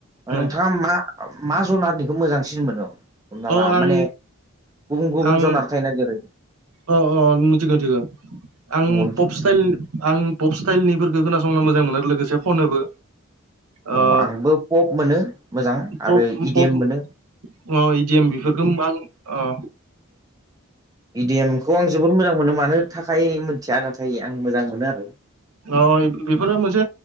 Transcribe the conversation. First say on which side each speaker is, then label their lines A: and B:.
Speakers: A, on the right; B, on the right.
A: नोंथाङा
B: उम
A: मा मा जुनारनिखौ मोजांसिन मोनो हमना
B: अ आं
A: ला माने गुबुन-गुबुन
B: आं
A: जनार थायो ना जेरै-
B: अ मिथिगौ मिथिगो आं
A: नंगौ नोंथां
B: पप स्टाइल आं पप स्टाइलनिफोरखौ खोनासंनो मोजां मोनो आरो लोगोसे खनोबो ओ
A: अ आंबो पप मोनो मोजां
B: पप
A: आरो इडिएम
B: पप
A: मोनो
B: अ इडिएम बेफोरखौबां औ
A: इडिएमखौ आं जोबोद मोजां मोनो मानो थाखाय मिथिया नाथाय आं मोजां मोनो आरो
B: अ बेफोरो मोनसे